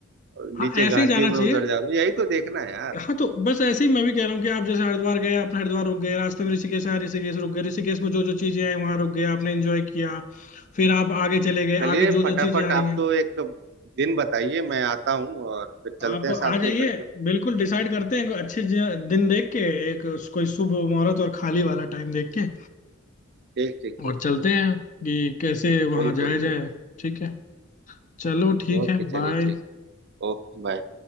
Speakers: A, on the right; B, on the left.
A: और
B: हाँ
A: नीचे
B: ऐसे
A: घाटियों
B: ही जाना
A: में
B: चाहिए
A: उतर जा रहा हूँ यही तो देखना है यार
B: हाँ तो बस ऐसे ही मैं भी कह रहा हूँ कि आप जैसे हरिद्वार गए आपने हरिद्वार रुक गए रास्ते में ऋषिकेश आया ऋषिकेश रुक गए ऋषिकेश में जो जो चीजें आई वहां रुक गए आपने एंजॉय किया फिर आप आगे चले गए
A: चलिए
B: आगे जो जो
A: फटाफट
B: चीजें आ
A: आप
B: रही हैं
A: तो एक दिन बताइए मैं आता हूँ और फिर चलते
B: आप
A: हैं
B: आ
A: साथ
B: जाइए
A: में इकट्ठे
B: बिल्कुल डिसाइड करते हैं कोई अच्छे ज- दिन देख के एक कोई शुभ मुहूर्त और खाली वाला टाइम देख के
A: ठीक ठीक ठीक
B: और चलते
A: ठीक
B: हैं कि कैसे वहां
A: बिल्कुल
B: जाया जाए
A: बिल्कुल
B: ठीक है चलो ठीक
A: ओके
B: है बाय
A: चलिए ठीक Okay bye